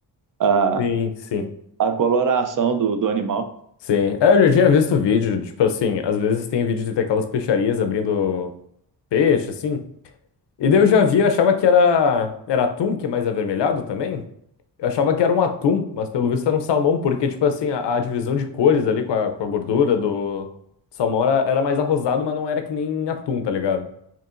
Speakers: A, on the right; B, on the left.
A: a,
B: Sim, sim.
A: a coloração do, do animal.
B: Sim. É, eu já tinha visto vídeo, tipo assim, às vezes tem vídeo de aquelas peixarias abrindo peixe, assim. E daí eu já vi, eu achava que era, era atum, que é mais avermelhado também. Eu achava que era um atum, mas pelo visto era um salmão, porque, tipo assim, a, a divisão de cores ali com a, com a gordura do salmão era, era mais arrosado, mas não era que nem atum, tá ligado?